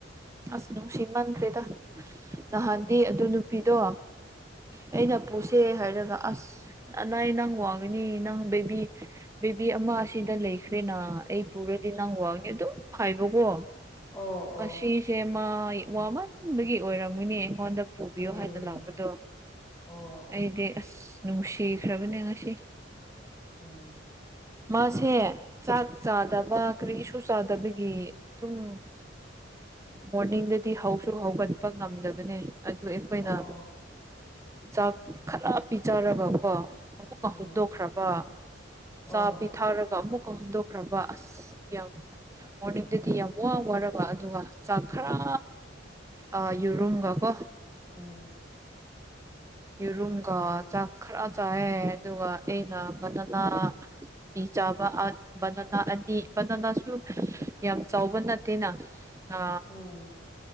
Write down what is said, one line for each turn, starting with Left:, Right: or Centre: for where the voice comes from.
Right: ꯑꯁ ꯅꯨꯡꯁꯤꯃꯟꯈ꯭ꯔꯦꯗ ꯅꯍꯥꯟꯗꯤ
Left: ꯎꯝ
Right: ꯑꯗꯨ ꯅꯨꯄꯤꯗꯣ ꯑꯩꯅ ꯄꯨꯁꯦ ꯍꯥꯏꯔꯒ ꯑꯁ ꯑꯅꯥ ꯅꯪ ꯋꯥꯒꯅꯤ ꯅꯪ ꯕꯦꯕꯤ ꯕꯦꯕꯤ ꯑꯃ ꯑꯁꯤꯗ ꯂꯩꯈ꯭ꯔꯦꯅ ꯑꯩ ꯄꯨꯔꯗꯤ ꯅꯪ ꯋꯥꯅꯤ ꯑꯗꯨꯝ ꯍꯥꯏꯕꯀꯣ
Left: ꯑꯣ ꯑꯣ
Right: ꯑꯁꯤꯁꯦ ꯃꯥ ꯋꯥꯃꯟꯕꯗꯒꯤ ꯑꯣꯏꯔꯝꯒꯅꯤ ꯑꯩꯉꯣꯟꯗ ꯄꯨꯕꯤꯌꯣ
Left: ꯑꯦ
Right: ꯍꯥꯏꯅ ꯂꯥꯛꯄꯗꯣ
Left: ꯑꯣ
Right: ꯑꯩꯗꯤ ꯑꯁ ꯅꯨꯡꯁꯤꯈ꯭ꯔꯕꯅꯦ ꯉꯁꯤ
Left: ꯎꯝ
Right: ꯃꯥꯁꯦ ꯆꯥꯛ ꯆꯥꯗꯕ ꯀꯔꯤꯁꯨ ꯆꯥꯗꯕꯒꯤ ꯑꯗꯨꯝ ꯃꯣꯔꯅꯤꯡꯗꯗꯤ ꯍꯧꯁꯨ ꯍꯧꯒꯠꯄ ꯉꯝꯗꯕꯅꯦ ꯑꯗꯨ ꯑꯩꯈꯣꯏꯅ
Left: ꯑꯣ
Right: ꯆꯥꯛ ꯈꯔ ꯄꯤꯖꯔꯒꯀꯣ ꯑꯃꯨꯛꯀ
Left: ꯎꯝ
Right: ꯍꯨꯗꯣꯛꯈ꯭ꯔꯕ
Left: ꯑꯣ
Right: ꯆꯥ ꯄꯤ ꯊꯥꯔꯒ ꯑꯃꯨꯛꯀ ꯍꯨꯟꯗꯣꯛꯈ꯭ꯔꯕ ꯑꯁ ꯌꯥꯝ ꯃꯣꯔꯅꯤꯡꯗꯗꯤ ꯌꯥꯝ ꯋꯥ ꯋꯥꯔꯕ ꯑꯗꯨꯒ ꯆꯥꯛ ꯈꯔ ꯑ ꯌꯨꯔꯨꯝꯒ ꯀꯣ
Left: ꯎꯝ
Right: ꯌꯦꯔꯨꯝꯒ ꯆꯥꯛ ꯈꯔ ꯆꯥꯏꯑꯦ ꯑꯗꯨꯒ ꯑꯩꯅ ꯕꯅꯅꯥ ꯄꯤꯖꯥꯕ ꯕꯅꯅꯥ ꯑꯅꯤ ꯕꯅꯅꯥꯁꯨ ꯌꯥꯝ ꯆꯥꯎꯕ ꯅꯠꯇꯦꯅ ꯑ
Left: ꯎꯝ